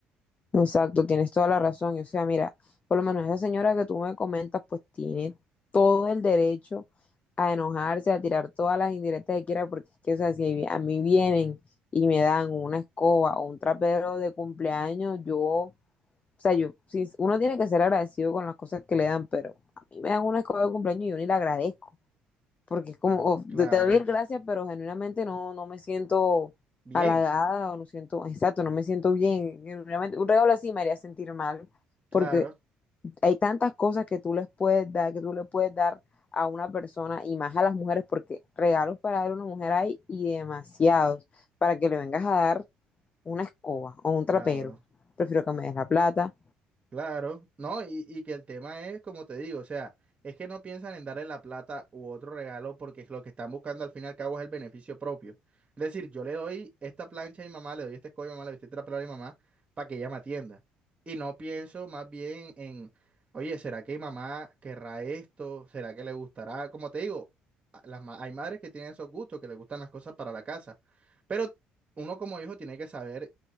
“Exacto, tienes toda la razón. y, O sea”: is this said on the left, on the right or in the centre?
Left